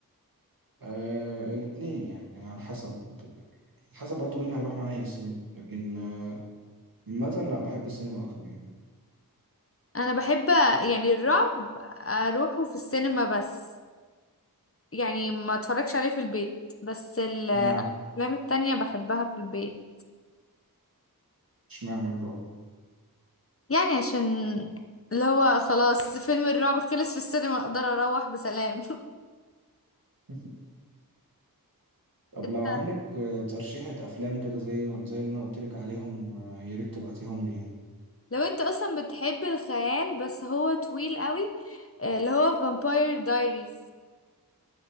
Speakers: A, on the right; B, on the left.
A: آه الاثنين يعني على حسب حسب برضو مين هيروح معايا السينما لكن آه، عامة لا بحب السينما أكتر يعني
B: انا بحب يعني الرعب اروحه في السينما بس يعني ما اتفرجش عليه في البيت بس الافلام
A: اشمعنى
B: التانية بحبها في البيت
A: اشمعنى الرعب
B: يعني عشان اللي هو خلاص فيلم الرعب خلص في السينما اقدر اروح بسلام
A: <laughs> طب
B: <laughs>
A: لو عندك آه، ترشيحة أفلام كده زي زي اللي أنا قلت لك عليهم آه، يا ريت تبعتيهم لي يعني
B: لو انت اصلا بتحب الخيال بس هو طويل قوي آه، اللي هو فامباير دايريز